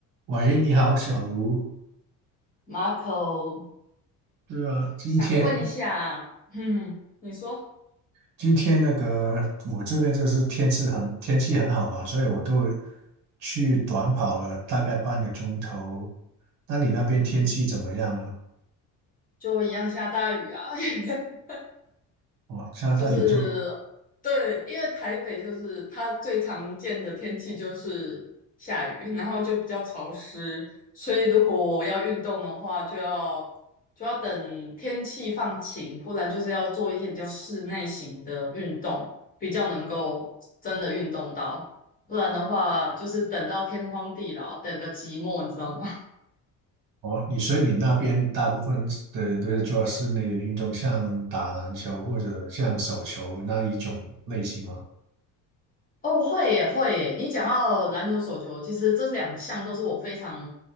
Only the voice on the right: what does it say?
喂，你好，小卢。
对啊，今天
今天那个我这边就是天气很天气很好嘛，所以我都去短跑了大概半个钟头。那你那边天气怎么样了？
哦，下大雨就
哦，你所以你那边大部分的人都是做室内的运动，像打篮球或者像手球那一种类型吗？